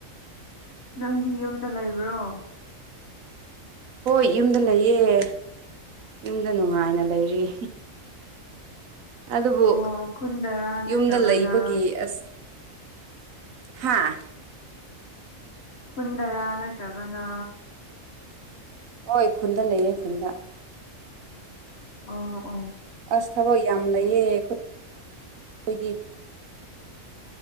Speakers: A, on the left (about 55°); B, on the right (about 80°).
A: ꯅꯪꯗꯤ ꯌꯨꯝꯗ ꯂꯩꯕ꯭ꯔꯣ
B: ꯍꯣꯏ ꯌꯨꯝꯗ ꯂꯩꯌꯦ ꯌꯨꯝꯗ ꯅꯨꯡꯉꯥꯏꯅ ꯂꯩꯔꯤ ꯑꯗꯨꯕꯨ
A: ꯑꯣ ꯈꯨꯟꯗꯔꯥ ꯅꯠꯇ꯭ꯔꯒꯅ
B: ꯌꯨꯝꯗ ꯂꯩꯕꯒꯤ ꯑꯁ ꯍꯥꯥ
A: ꯈꯨꯨꯟꯗꯔꯥ ꯅꯠꯇ꯭ꯔꯒꯅ
B: ꯍꯣꯏ ꯈꯨꯟꯗ ꯂꯩꯌꯦꯦ ꯈꯨꯟꯗ
A: ꯑꯣ ꯑꯣ
B: ꯑꯁ ꯊꯕꯛ ꯌꯥꯝ ꯂꯩꯌꯦꯣꯏ ꯑꯩꯈꯣꯏꯗꯤ